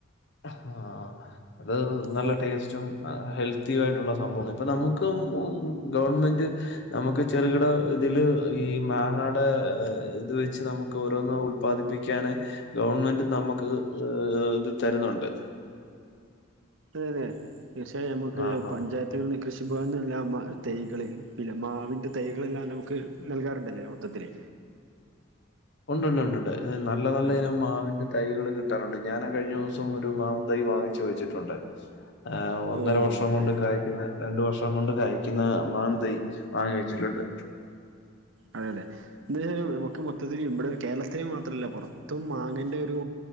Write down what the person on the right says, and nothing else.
ഇപ്പൊ
അതതെ തീർച്ചയായും നമക്ക്
പഞ്ചായത്ത് കൃഷിഭവൻ ന്ന്‌ള്ള തൈകള് പിന്നെ മാവിന്റെ തൈകളെല്ലാം നമുക്ക് നൽകാറുണ്ടല്ലേ മൊത്തത്തില്
ആഹ്
ഓ
അതെ
അതെ
അതെ അതെ എന്താ വച്ചൽ അതെ അതെ അതെ ഇതിൽ നമുക്ക് മൊത്തത്തിൽ ഇബെടെ ഒരു കേരളത്തിൽ മാത്രം അല്ല പൊർത്തും മാങ്ങന്റെ ഒരു